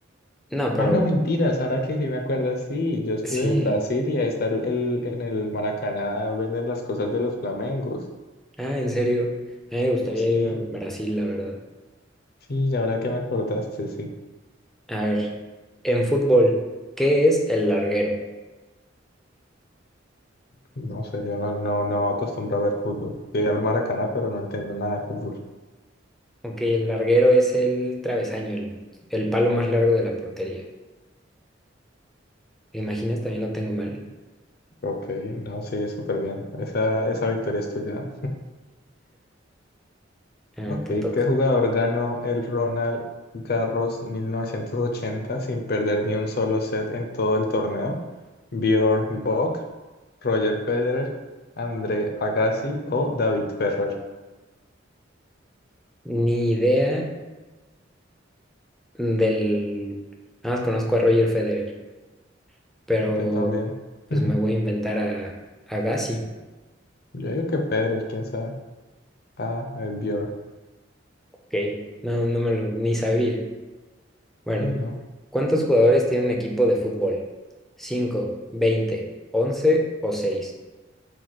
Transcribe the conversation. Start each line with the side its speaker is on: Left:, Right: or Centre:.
Centre: No, pero
Left: Ah, no, mentiras, ahora que sí me acuerdo, sí, yo estuve
Centre: sí.
Left: en Brasil y ahí está el, el- en el Maracaná venden las cosas de los flamencos.
Centre: Ah, en serio. A mí me gustaría
Left: Sí,
Centre: ir a Brasil, la verdad.
Left: sí, y ahora que me acordaste, sí.
Centre: A ver, en fútbol, ¿qué es el larguero?
Left: No sé, yo no, no, no acostumbro a ver fútbol. Llegué al Maracaná, pero no entiendo nada de fútbol.
Centre: Ok, el larguero es el travesaño, el, el palo más largo de la portería. ¿Te imaginas? También lo tengo mal.
Left: Ok, no, sí, súper bien. Esa, esa victoria es tuya.
Centre: A ver,
Left: Ok,
Centre: te toca.
Left: ¿qué jugador ganó el Ronald Garros 1980 sin perder ni un solo set en todo el torneo? ¿Bjorn Borg, Roger Federer, André Agassi o David Ferrer?
Centre: Ni idea del... Nada más conozco a Roger Federer, pero
Left: Yo también.
Centre: pues
Left: <laughs>
Centre: me voy a inventar a, a Gassi.
Left: Yo digo que Federer, quién sabe. Ah, el Bjorn.
Centre: Ok, no, no me lo... ni sabía. Bueno,
Left: Sí, no.
Centre: ¿cuántos jugadores tiene un equipo de fútbol? ¿Cinco, veinte, once o seis?